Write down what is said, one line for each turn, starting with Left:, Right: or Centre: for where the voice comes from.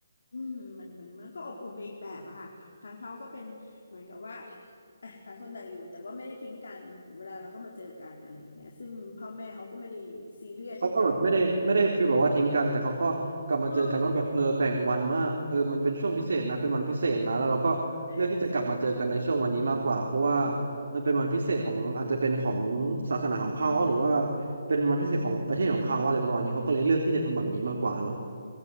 Left: อืมมันมันมันก็อบอุ่นไปอีกแบบอะค่ะทางเขาก็เป็นเหมือนกับว่าอ่ะต่างคนต่างอยู่แต่ว่าไม่ได้ทิ้งกันถึงเวลาเราก็มาเจอกันอะไรอย่างเงี้ยซึ่งพ่อแม่เขาก็ไม่ได้ซีเรียสที่จะออกมาเป็น
Right: เขาก็แบบไม่ได้ไม่ได้ฟีลแบบว่าทิ้งกันแต่เขาก็กลับมาเจอกันว่าแบบเออแบ่งวันว่าเออมันเป็นช่วงพิเศษนะเป็นวันพิเศษนะแล้วเราก็เลือกที่จะกลับมาเจอกันในช่วงวันนี้มากกว่าเพราะว่า
Left: เออใช่ใช่
Right: มันเป็นวันพิเศษของอาจจะเป็นของศาสนาของเขาหรือว่าเป็นวันพิเศษของประเทศของเขาอะไรประมาณนี้เขาก็เลยเลือกที่จะทำแบบนี้มากกว่าเนาะ